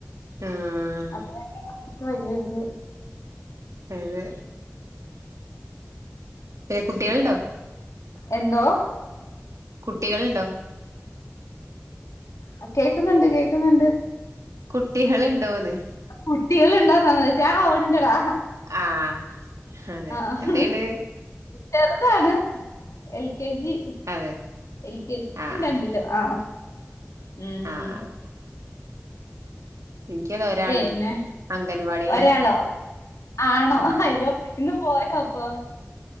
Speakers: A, on the right; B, on the left.
A: ആഹ്
B: അത് തന്നെ ഇക് വെല്ല്യൊര്
A: ഏത് കുട്ടികളുണ്ടോ
B: എന്തോ
A: കുട്ടികള്ണ്ടോ?
B: അഹ് കേക്ക്ന്ന്ണ്ട് കേക്ക്ന്ന്ണ്ട്.
A: കുട്ടികള്ണ്ടോന്ന്.
B: കുട്ടിയേള്ണ്ടോന്നാണോ ചോയിച്ചേ ആഹ് ഉണ്ടടാ.
A: ആഹ് അതെ
B: ആഹ്
A: എന്തെയ്യ്ണ്
B: ചെറുതാണ് എൽ കെ ജി.
A: അതെ
B: എൽ കെ ജി
A: ആഹ്
B: രണ്ടിലും ആഹ്. ഉം
A: ആഹ് ആഹ് ആഹ് എനിക്കതാ ഒരാള്
B: പിന്നെ
A: അംഗൻവാടിയിലാ
B: ഒരാളോ ആണോ
A: ഉം
B: അയ്യോ ഇന്ന് പോയോ അപ്പൊ